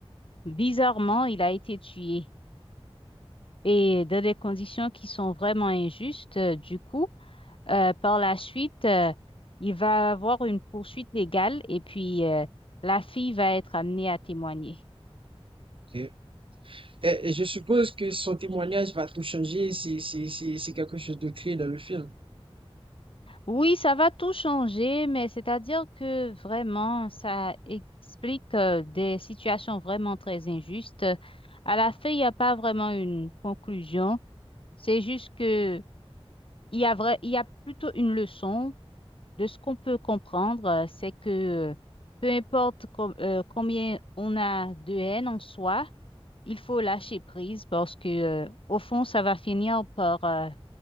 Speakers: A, on the left; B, on the right.
A: bizarrement, il a été tué. et dans des conditions qui sont vraiment injustes. euh, Du coup, euh, par la suite, euh, il va avoir une poursuite légale et puis euh, la fille va être amenée à témoigner.
B: Ok. Et, et je suppose que son témoignage va tout changer, c'est c'est- c'est- c'est quelque chose de clé dans le film.
A: Oui, ça va tout changer, mais c'est-à-dire que vraiment, ça explique euh, des situations vraiment très injustes. À la fin, il n'y a pas vraiment une conclusion. C'est juste que il y a vrai, il y a plutôt une leçon De ce qu'on peut comprendre, euh, c'est que peu importe com- euh, combien on a de haine en soi, il faut lâcher prise parce que, euh, au fond, ça va finir par, euh,